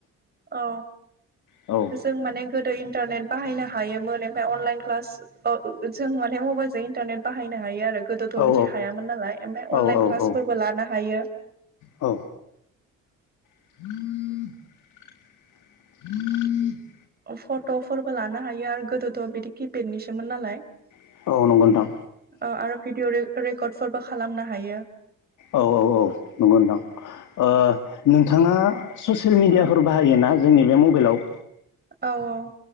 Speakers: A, on the right; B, on the left.
A: औ
B: औ
A: जों माने गोदो इन्टारनेट बाहायनो हायोमोन अनलाइन क्लास ओ जों माने मबाइलजों इन्टारनेट बाहायनो हायो आरो गोदोथ'
B: औ
A: बिदि हायामोन नालाय ओमफाय
B: औ
A: अनलाइन
B: औ
A: क्लासफोरबो लानो हायो
B: औ <unintelligible>
A: फट'फोरबो लानो हायो आरो गोदोथ' बिदि किपेडनिसोमोन नालाय ओ
B: औ नंगौ नोंथां
A: आरो भिडिअ रि रेकर्डफोरबो खालामनो हायो
B: औ औ औ नंगौ नोंथां ओ नोंथाङा ससियेल मिडियाफोर
A: औ
B: बाहायोना जोंनि बे मबाइलाव
A: औ औ